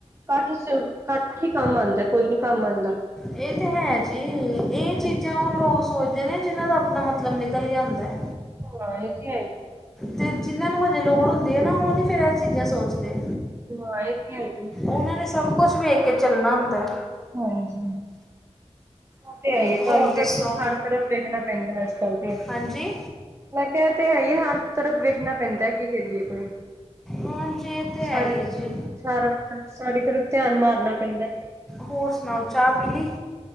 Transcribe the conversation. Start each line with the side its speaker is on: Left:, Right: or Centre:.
Right: ਕੱਠ 'ਚ, ਕੱਠ ਹੀ ਕੰਮ ਆਂਦਾ, ਕੋਈ ਨੀ ਕੰਮ ਆਂਦਾ।
Centre: ਏ ਤੇ ਹੈ ਜੀ, ਏ ਚੀਜ਼ਾਂ
Right: ਹਾਂਜੀ।
Centre: ਓ ਲੋਕ ਸੋਚਦੇ ਨੇ ਜਿਨ੍ਹਾਂ ਦਾ ਅਪਨਾ ਮਤਲਬ ਨਿਕਲ ਗਯਾ ਹੁੰਦਾ ਐ।
Right: <unintelligible> ਏ ਤੇ ਹੈ ਈ ਏ।
Centre: ਤੇ ਜਿਨਾਂ ਨੂੰ ਹਜੇ ਲੋੜ ਹੁੰਦੀ ਐ ਨਾ ਓ ਨੀ ਫਿਰ ਐ ਚੀਜ਼ਾਂ ਸੋਚਦੇ।
Right: ਹਾਂ ਏ ਤੇ ਹੈ ਈ ਏ।
Centre: ਓਨਾਂ ਨੇ ਸਭ ਕੁਛ ਵੇਖ ਕੇ ਚੱਲਨਾ ਹੁੰਦਾ ਐ।
Right: ਹਾਂਜੀ। ਓ ਤੇ ਹੈ ਈ ਏ, ਤੁਹਾਨੂੰ
Centre: ਹੋਰ
Right: ਦੇਖੋ
Centre: ਦੱਸੋ
Right: ਹਰ ਤਰਫ ਦੇੇਖਨਾ ਪੈਂਦਾ ਅੱਜ-ਕੱਲ ਤੇ।
Centre: ਹਾਂਜੀ
Right: ਮੈਂ ਕਿਹਾ ਐ ਤੇ ਹੈ ਈ ਏ, ਹਰ ਤਰਫ ਵੇਖਨਾ ਪੈਂਦਾ, ਕੀ ਕਰੀਏ ਤੋ।
Centre: ਹਾਂਜੀ ਇਹ ਤੇ ਹੈ
Right: ਸਾਰੇ
Centre: ਹੀ ਹੈ
Right: ਤਰਫ਼,
Centre: ਜੀ
Right: ਸਾਰਾ, ਸਾਰੀ ਤਰਫ਼ ਧਿਆਨ ਮਾਰਨਾ ਪੈਂਦਾ।
Centre: ਹੋਰ ਸੁਨਾਓ। ਚਾਅ ਪੀਲੀ?